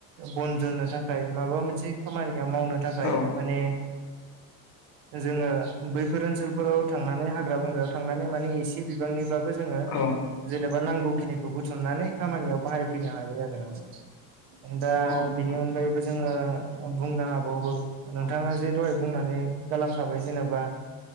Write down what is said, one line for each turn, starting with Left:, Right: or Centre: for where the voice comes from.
Right: बन जानो थाखाय माबा मोनसे खामानि मावनो थाखाय
Left: औ
Right: माने जोङो बैफोर ओनसोलफोराव थांनानै हाग्रा बंग्रायाव थांनानै माने एसे बिबांनिब्लाबो जोङो
Left: औ
Right: जेनेबा नांगौ खिनिखौ बुथुमनानै खामानियाव बाहायफैनो हायो आरो नोंहा दा
Left: औ नोंथां
Right: बिनि अनगायैबो जोङो बुंनो हाबावो नोंथाङा
Left: औ
Right: जे दहाय बुंनानै गालांखाबाय जेनेबा